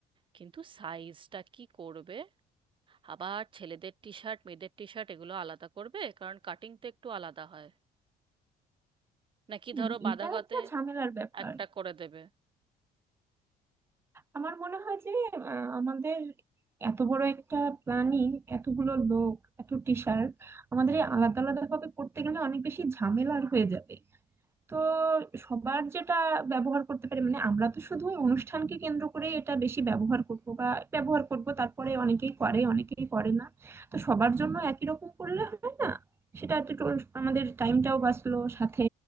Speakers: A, on the right; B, on the right.
A: কিন্তু সাইজটা কি করবে আবার ছেলেদের টি শার্ট মেয়েদের টি শার্ট এগুলো আলাদা করবে কারণ কাটিং তো একটু আলাদা হয় নাকি ধরো
B: উম,
A: বাঁধাগতে
B: এটা একটা ঝামেলার ব্যাপার
A: একটা করে দেবে
B: আমার মনে হয় যে আহ, আমাদের এত বড় একটা প্ল্যানিং এতগুলো লোক এত টিচার আমাদের এই আলাদা আলাদা ভাবে করতে গেলে অনেক বেশি ঝামেলার হয়ে যাবে তো সবার যেটা ব্যবহার করতে পারে মানে আমরা তো শুধু ওই অনুষ্ঠানকে কেন্দ্র করে এটা বেশি ব্যবহার করব বা ব্যবহার করব তারপরে অনেকেই করে অনেকেই করে না তো সবার জন্য একই রকম করলে হয় না সেটা একটু টো- আমাদের টাইমটাও বাঁচলো সাথে